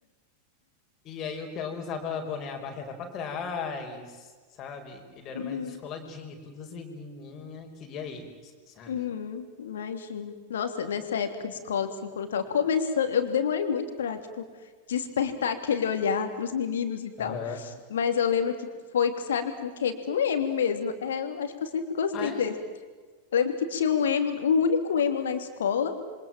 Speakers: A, on the left (about 35°); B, on the left (about 65°).
A: E aí o Theo usava boné, a barreta pra trás, sabe? Ele era
B: Uhum,
A: mais descoladinho, e todas as menininhas queria ele, assim, sabe?
B: uhum, imagino. Nossa, nessa época de escola, assim, quando eu tava começando, eu demorei muito pra, tipo, despertar aquele olhar pros meninos e tal.
A: Aham.
B: Mas eu lembro que foi, sabe, com o quê? Com emo mesmo. É, eu acho que eu sempre gostei
A: Ah, é?
B: Eu lembro que tinha um emo, um único emo na escola,